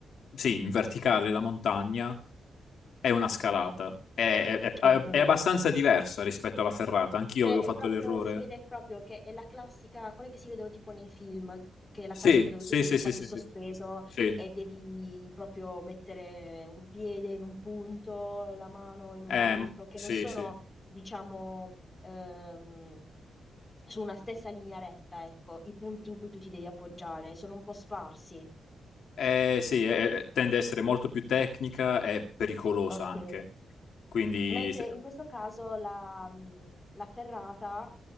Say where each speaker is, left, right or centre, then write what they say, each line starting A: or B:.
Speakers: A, on the left; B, on the left.
A: sì, in verticale la montagna, è una scalata. È, è- è-
B: ok.
A: è abbastanza diversa rispetto alla ferrata. Anch'io
B: Cioè,
A: avevo
B: è
A: fatto
B: proprio,
A: l'errore.
B: si vede proprio che è la classica, quelle che si vedono tipo nei film, che è la
A: Sì,
B: classica dove
A: sì,
B: tu sei
A: sì, sì,
B: quasi
A: sì,
B: sospeso
A: sì. Sì,
B: e devi proprio mettere un piede in un punto, la mano in un
A: Ehm,
B: altro, che
A: sì,
B: non sono,
A: sì.
B: diciamo, ehm, su una stessa linea retta, ecco, i punti in cui tu ti devi appoggiare, sono un po' sparsi.
A: Eh, sì, è- è- tende a essere molto più tecnica e pericolosa
B: Ok.
A: anche. Quindi
B: Mentre
A: se-
B: in questo caso la, mh, la ferrata